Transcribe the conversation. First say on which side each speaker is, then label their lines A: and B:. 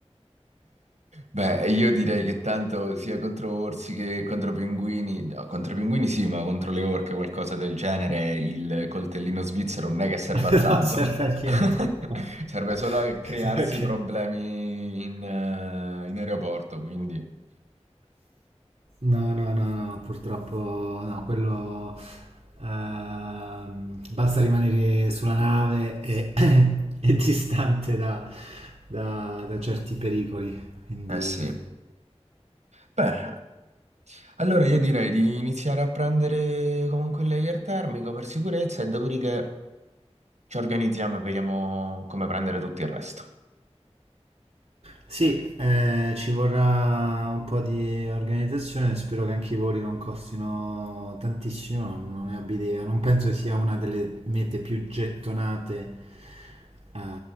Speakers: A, on the right (about 85°); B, on the right (about 70°).
A: Beh, io direi che tanto sia contro orsi che contro pinguini, no, contro i pinguini sì, ma contro le orche o qualcosa del genere, il coltellino svizzero non è che serve
B: <laughs>
A: a tanto.
B: Non serve a niente.
A: <laughs>
B: No.
A: Serve
B: <laughs>
A: solo a crearsi
B: Ok.
A: problemi in, eh, in aeroporto, quindi...
B: No, no, no, no, purtroppo no, quello ehm, basta rimanere sulla nave e, <clears throat> e distante da, da- da certi pericoli, quindi
A: Eh sì. Beh, allora io direi di iniziare a prendere comunque il layer termico per sicurezza e dopodiché Ci organizziamo e vediamo come prendere tutto il resto.
B: Sì, eh, ci vorrà un po' di organizzazione, spero che anche i voli non costino tantissimo, non non ne abbia idea, non penso che sia una delle mete più gettonate eh,